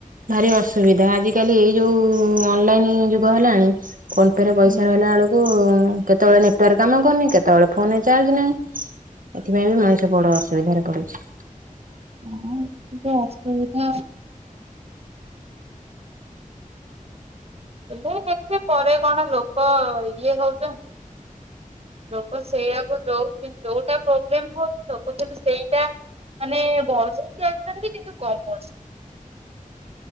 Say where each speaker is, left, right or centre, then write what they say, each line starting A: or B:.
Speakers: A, on the right; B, on the right.
A: ଭାରି ଅସୁବିଧା ଆଜିିକାଲି ଏଇ ଯୋଉ ଉଁ ଅନଲାଇନି ଯୁଗ ହେଲାଣି। ଫୋନ ପେ ରେ ପଇସା
B: ହଁ
A: ରହିଲା ବେଳକୁ କେତେବେଳେ ନେଟୱାର୍କ କାମ କରୁନି କେତେବେଳେ ଫୋନରେ ଚାର୍ଜ ନାହିଁ। ଏଥିପାଇଁ ବି ମଣିଷ ବଡ ଅସୁବିଧାରେ ପଡୁଛି।
B: ହଁ ଏତିକି ଅସୁବିଧା। ହେଲେ ଏତେ ପରେ କଣ ଲୋକ ଇଏ ହଉଛନ୍ତି। ଲୋକ ସେଇଆକୁ ଯୋଉଟି ଯୋଉଟା ପ୍ରୋବ୍ଲେମ ହଉଛି ଲୋକ କିନ୍ତୁ ସେଇଟା। ମାନେ <unintelligible> କିନ୍ତୁ କମ ଅଛି।